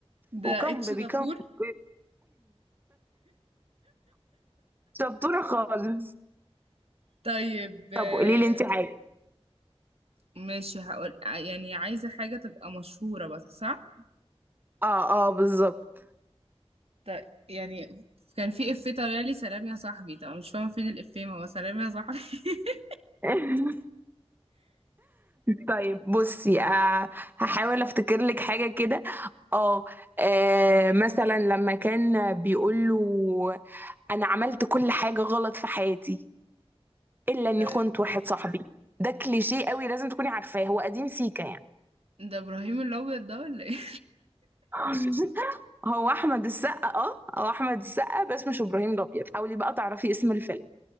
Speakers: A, on the right; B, on the right.
A: ده
B: وكم
A: اتش
B: بيبي
A: دبور
B: كم <laughs> شطورة خالص
A: طيب آه،
B: طب قولي لي أنت حاجة
A: ماشي هقول ع- يعني عايزه حاجه تبقى مشهوره بس صح
B: اه اه بالظبط
A: طيب يعني كان في افيه طالع لي سلام يا صاحبي طب أنا مش فاهمه فين الافيه ما هو سلام يا صاحبي <laughs>
B: <laughs> طيب بصي آه هحاول افتكر لك حاجة كده اه آه، مثلا لما كان بيقول له انا عملت كل حاجة غلط في حياتي الا اني
A: آه،
B: خنت واحد صاحبي ده كليشيه قوي لازم تكوني عارفاه هو قديم سيكا يعني
A: ده ابراهيم الابيض ده ولا ايه
B: <laughs> هو احمد السقا اه هو احمد السقا بس مش ابراهيم الابيض حاولي بقى تعرفي اسم الفيلم